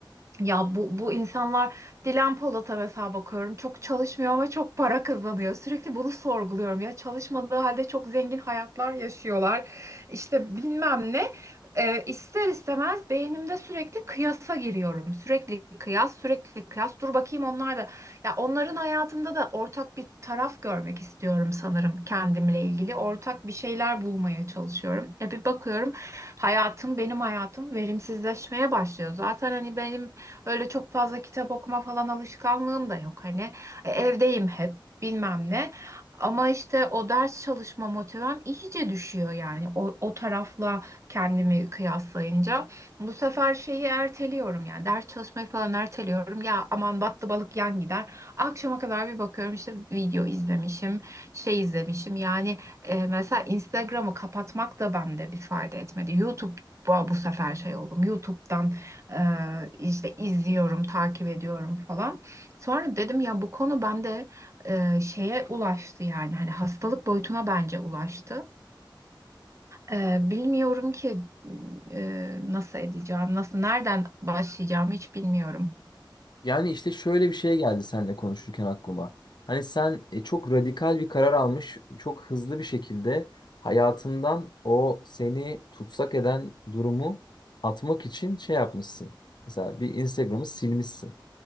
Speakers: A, on the right; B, on the left.
A: ya bu, bu insanlar Dilan Polat'a mesela bakıyorum çok çalışmıyor ama çok para kazanıyor. Sürekli bunu sorguluyorum ya çalışmadığı halde çok zengin hayatlar yaşıyorlar. İşte bilmem ne Ee, ister istemez beynimde sürekli kıyasa giriyorum. Sürekli kıyas sürekli kıyas dur bakayım onlar da ya onların hayatında da ortak bir taraf görmek istiyorum sanırım kendimle ilgili ortak bir şeyler bulmaya çalışıyorum. E bir bakıyorum hayatım benim hayatım verimsizleşmeye başlıyor. Zaten hani benim Öyle çok fazla kitap okuma falan alışkanlığım da yok hani. E, evdeyim hep bilmem ne. Ama işte o ders çalışma motivem iyice düşüyor yani o, o tarafla kendimi kıyaslayınca. Bu sefer şeyi erteliyorum yani ders çalışmayı falan erteliyorum. Ya aman battı balık yan gider. Akşama kadar bir bakıyorum işte video izlemişim, şey izlemişim. Yani e, mesela Instagram'ı kapatmak da bende bir fayda etmedi. YouTube bu, bu sefer şey oldum. YouTube'dan ee, işte izliyorum, takip ediyorum falan. Sonra dedim ya bu konu bende e, şeye ulaştı yani hani hastalık boyutuna bence ulaştı. Ee, bilmiyorum ki e, nasıl edeceğim, nasıl nereden başlayacağımı hiç bilmiyorum.
B: Yani işte şöyle bir şey geldi seninle konuşurken aklıma. Hani sen e, çok radikal bir karar almış, çok hızlı bir şekilde hayatından o seni tutsak eden durumu atmak için şey yapmışsın. Mesela bir Instagram'ı silmişsin.